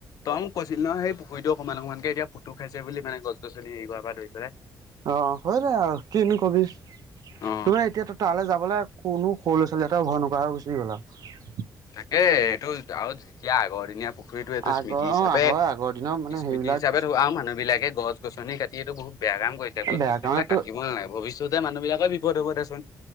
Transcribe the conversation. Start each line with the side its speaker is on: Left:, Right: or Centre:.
Left: তই মোক কৈছিলি নহয়, সেই পুখুৰীটো অকমান অকমানকে এতিয়া পুকটোক খাইছে বুলি মানে গছ গছনি হৰি কৰাৰপৰা ধৰি পেলাই।
Right: অ' হয় যাই আৰু কিনো কবি,
Left: অ
Right: তোমাৰ এতিয়া তাত তালৈ যাবলৈ কোনো সৰু ল'ৰা ছোৱালী এটাও ভয় নকৰা হৈ গুচি গ'ল আৰু।
Left: তাকে, এইটো আৰু যেতিয়া আগৰ দিনীয়া পুখু পুখুৰী এইটো
Right: আগৰ
Left: স্মৃতি হিচাপে,
Right: অ হয় আগৰ দিনৰ মানে
Left: স্মৃতি
Right: সেইবিলাক
Left: হিচাপে ধও আও মানুহবিলাকে গছ গছনি কাটি এইটো বহুত বেয়া কম কৰিছে, গছ
Right: বেয়া
Left: গছনিবিলাক
Right: কাৰণেতো
Left: কাটিব নালাগে, ভৱিষ্যতে মানুহবিলাকৰ বিপদ হ'ব দেচোন।